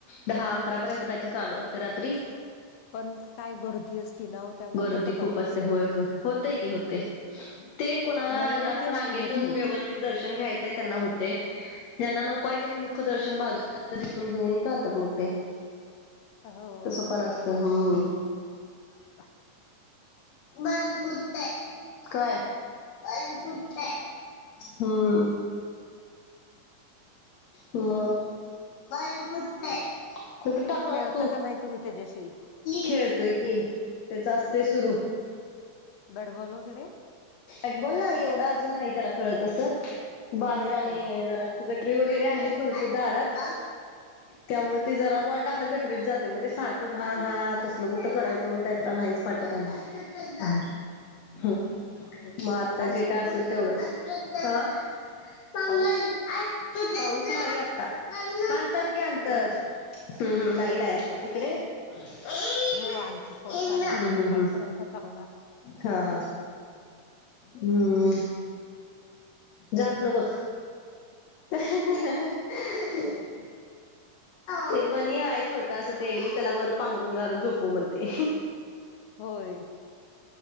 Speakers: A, on the left (about 65°); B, on the left (about 80°).
A: दहा अकरापर्यंत काहीतरी चालू असते रात्री.
B: पण काय गर्दी असती ना ओ त्यामुळे
A: गर्दी
B: होतं का
A: खूप
B: दर्शन.
A: असते. होय होय. होतेय की होतेय. ते कुणाला
B: लाईन
A: जास्
B: किती असती
A: रांगेतून
B: मोठी.
A: व्यवस्थित दर्शन घ्यायचंय त्यांना होते ज्यांना नको आए त्यांनी मुख दर्शन बाजू तिथून घेऊन जातात मग ते.
B: हो.
A: तसं पण असतं. हम्म.
B: ह.
A: बलपुतत काय? बलपुतत हम्म. म काकच नाही कुठं टाकलास
B: खेळता
A: तू?
B: का नाही तुम्ही त्याच्याशी?
A: खेळतोय की त्याच असते सुरू
B: बेडबॉल हगरे
A: अॅटबॉल नाही एवढा अजून नाही त्याला खळतस बाहेर आणि
B: हा.
A: जरा कटरी वगैरे आहेत भरपूर दारात त्यामुळे ते जरा बॉल टाकायला कटरीत जात ते म ते सारखं घाण हा तसलं कुठं करायचं म्हण त्या
B: हो
A: नाहीच पाठवतनार
B: अरे
A: होा मग आता
B: पाऊस
A: जे काय
B: आहे का
A: असेल तेवढंच
B: ओ?
A: ह चां
B: पाऊस
A: पाऊस आहे आता अंतर कि अंतर
B: नाही
A: हम्म हम् नाही नाही आता तिकडे हम्म
B: हो आहे की पाऊस आहे
A: हम्म
B: सकाळी
A: हम्म
B: तर होता चांगला
A: हा हा हम् झाकलं बघ ह
B: कक
A: ते बनी हाय छोटा अस टडी त्याला वर पांघरून घालून झोपू म्हणते
B: होय